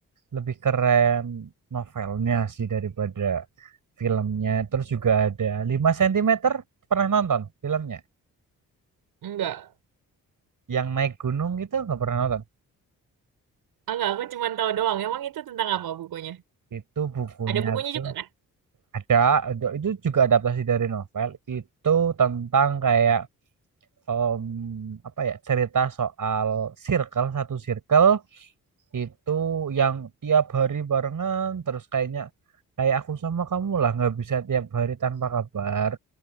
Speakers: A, on the right; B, on the right.
A: lebih keren novelnya sih daripada filmnya. Terus juga ada lima sentimeter pernah nonton filmnya.
B: Enggak.
A: Yang naik gunung itu nggak pernah nonton.
B: Enggak, aku cuma tahu doang. Emang itu tentang apa bukunya?
A: Itu bukunya
B: Ada bukunya
A: tuh
B: juga kan?
A: ada, ada itu juga adaptasi dari novel. Itu tentang kayak em, apa ya cerita soal circle satu circle itu yang tiap hari barengan terus kayaknya kayak aku sama kamu lah nggak bisa tiap hari tanpa kabar.